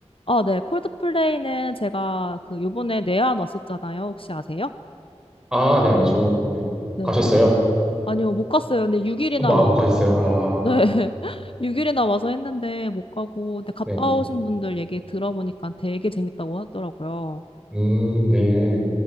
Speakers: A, on the left; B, in the centre.
A: 아, 네. 콜드플레이는 제가 그 요번에 내한 왔었잖아요. 혹시 아세요?
B: 아, 네, 알죠. 네.
A: 네.
B: 가셨어요?
A: 아니요, 못 갔어요. 근데 6일이나
B: 아, 뭐, 아, 못 가셨어요? 아,
A: 네. <laughs> 6일이나 와서 했는데 못 가고, 근데 갔다
B: 네.
A: 오신 분들 얘기 들어보니까 되게 재밌다고 하더라고요.
B: 음, 네.